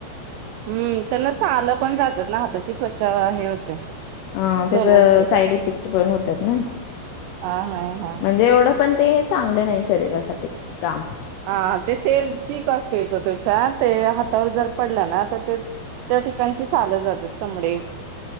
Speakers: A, on the right (about 90°); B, on the left (about 85°).
A: हम्म. त्यांना साल पण राहत्यात ना? हाताची त्वचा हे होते.
B: अं. त्याचे
A: चल ओके
B: साईड इफेक्ट पण होतात ना?
A: हा हा हा
B: म्हणजे एवढं पण ते- चांगल नाही शरीरासाठी काम.
A: हां. ते तेल चीक असतोय तो त्याच्यात. ते हातावर जर पडलं ना तर- त त्या ठिकाणची साल जातात चमडी.